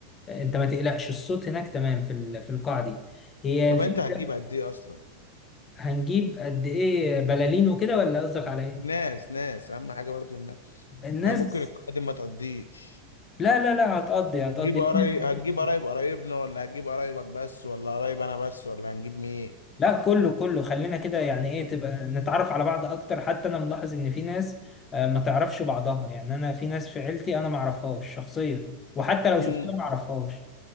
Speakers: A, on the left; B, on the left.
A: انت ما تقلقش الصوت هناك تمام في ال- في القاعه دي هي
B: طب
A: الفكره
B: انت هتجيب قد ايه اصلا
A: هنجيب قد ايه بلالين وكده ولا قصدك على ايه؟
B: ناس ناس اهم حاجة برضو الناس
A: الناس
B: ما هي ممكن القادم ما تقضيش
A: لا لا لا هتقضي هتقضي
B: بتجيب قرايب
A: لأن-
B: هتجيب قرايب قرايبنا ولا هتجيب قرايبك بس ولا قرايب انا بس ولا هنجيب مين
A: لا كله كله خلينا كده يعني ايه تبقى نتعرف على بعض اكتر حتى انا ملاحظ ان في ناس آه، ما تعرفش بعضها يعني انا في ناس في عيلتي انا ما اعرفهاش شخصيا وحتى لو
B: امم
A: شفتها ما اعرفهاش